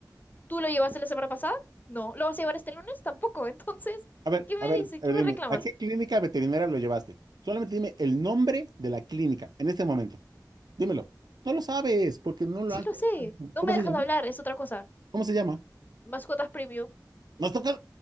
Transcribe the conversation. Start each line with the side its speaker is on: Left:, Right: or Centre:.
Left: ¿Tú lo llevaste la semana pasada? No. ¿Lo vas a llevar este lunes? Tampoco. <laughs> Entonces,
Right: A ver,
Left: ¿qué me
Right: a ver,
Left: dices?
Right: a
Left: ¿Qué
Right: ver,
Left: me
Right: dime,
Left: reclamas?
Right: ¿a qué clínica veterinaria lo llevaste? Solamente dime el nombre de la clínica en este momento. Dímelo. No lo sabes, porque no lo
Left: Sí
Right: has
Left: lo
Right: llevado.
Left: sé. No
Right: ¿Cómo
Left: me
Right: se
Left: dejas
Right: llama?
Left: hablar, es otra cosa.
Right: ¿Cómo se llama?
Left: Mascotas Premium
Right: Nos toca.